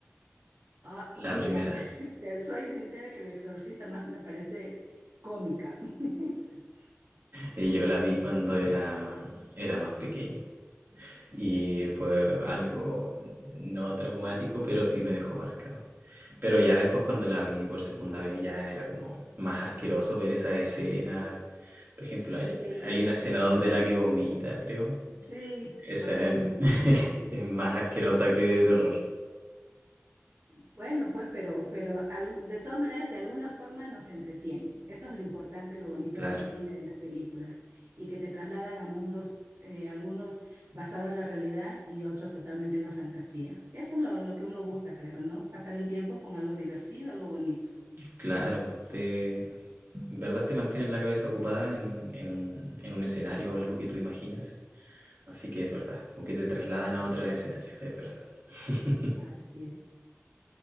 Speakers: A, on the right; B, on the right.
A: Ah,
B: la
A: mira,
B: primera.
A: <laughs> te soy sincera que El Exorcista más me parece cómica. <laughs>
B: Y yo la vi cuando era, era más pequeño. Y fue algo no traumático, pero sí me dejó marcado. Pero ya después cuando la vi por segunda vez ya era como más asqueroso ver esa escena. Por ejemplo,
A: Sí,
B: hay,
A: hay ciertas
B: hay una escena
A: escenas
B: donde la
A: de...
B: que vomita, creo.
A: Sí,
B: Esa
A: totalmente.
B: es, <laughs> es más asquerosa que de terror.
A: Bueno, pues, pero, pero al- de todas maneras, de alguna forma nos entretiene. Eso es lo importante, lo bonito
B: Claro,
A: del cine, de las películas, y que te trasladan a mundos, eh, algunos basados en la realidad y otros totalmente en la fantasía. Eso es lo, lo que uno busca, creo, ¿no? Pasar el tiempo con algo divertido, algo bonito.
B: claro. Te, en verdad te mantiene la cabeza ocupada en, en un, en un escenario o algo que tú imaginas. Así que es verdad, como que te trasladan a otro escenario, es verdad. <laughs>
A: Así es.